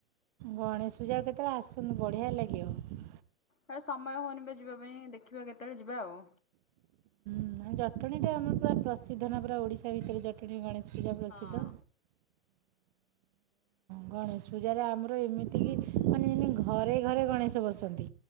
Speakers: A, on the right; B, on the left.
A: ଗଣେଶ ପୂଜା କେତେବେଳେ ଆସନ୍ତୁ ବଢିଆ ଲାଗିବ।
B: ଆ ସମୟ ହଉନି ବା ଯିବା ପାଇଁ ଦେଖିବା କେତେବେଳେ ଯିବା ଆଉ।
A: ନାଁ ଜଟଣୀ ଟା ଆମର ପ୍ରସି ସୁଧନାପରାା ଓଡ଼ିଶା ଭିତରେ ଜଟଣୀ ଗଣେଶ ପୂଜା ପ୍ରସିଦ୍ଧ।
B: ହଁ
A: ଗଣେଶ ପୂଜାରେ ଆମ ଆ ଏମିତିକି ମାନେ ଯେ ଘରେ ଘରେ ଗଣେଶ ବସନ୍ତି